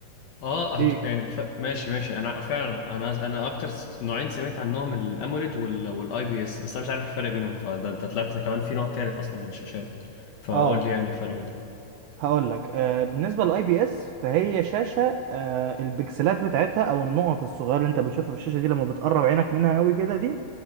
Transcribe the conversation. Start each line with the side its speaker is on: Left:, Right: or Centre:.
Left: اه هت...
Right: ايه
Left: يعني الف... ماشي ماشي انا فعلا انا انا اكتر س- نوعين سمعت عنهم الاموليد وال... والاي بي اس بس انا مش عارف الفرق بينهم فده انت طلعت كمان في نوع تالت اصلا من الشاشات فقول
Right: اه
Left: لي يعني الفرق بينهم
Right: هقول لك آه بالنسبه للاي بي اس فهي شاشه آه البكسلات بتاعتها او النقط الصغيره اللي انت بتشوفها في الشاشه دي لما بتقرب عينك منها قوي كده دي